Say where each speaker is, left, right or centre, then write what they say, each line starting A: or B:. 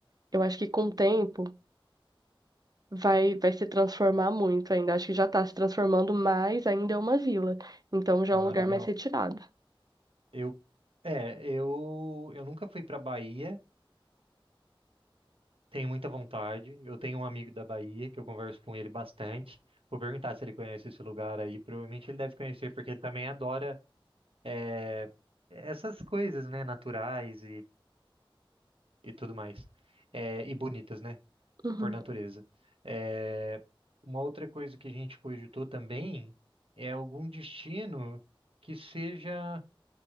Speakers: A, on the right; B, on the right.
A: Eu acho que com o tempo. vai, vai se transformar muito ainda. Acho que já tá se transformando, mas ainda é uma vila. Então já
B: ah,
A: é um lugar
B: legal.
A: mais retirado.
B: Eu, é, eu, eu nunca fui pra Bahia. Tenho muita vontade. Eu tenho um amigo da Bahia que eu converso com ele bastante. Vou perguntar se ele conhece esse lugar aí. Provavelmente ele deve conhecer, porque ele também adora, é, essas coisas, né, naturais e tudo mais. É, e bonitas, né?
A: Uhum.
B: Por natureza. É, uma outra coisa que a gente cogitou também é algum destino que seja,